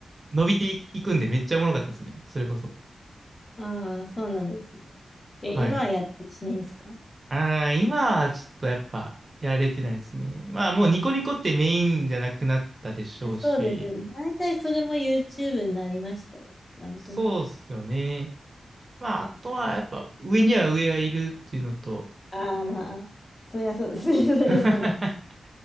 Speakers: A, on the right (about 30°); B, on the left (about 25°).
A: 伸びていくんでめっちゃおもろかったですね。それこそ。
B: ああ、そうなんですね。え、
A: はい。
B: 今はやってしないんですか
A: ああ、今はちょっとやっぱ、やれてないですね。まあもうニコニコってメインじゃなくなったでしょうし、
B: そうですね。大体それも YouTube になりましたよね。なんとなく。
A: そうっすよね。まああとはやっぱ、上には上がいるっていうのと、
B: ああ、まあ、そりゃそうですね。<laughs> そりゃそうです。
A: <laughs>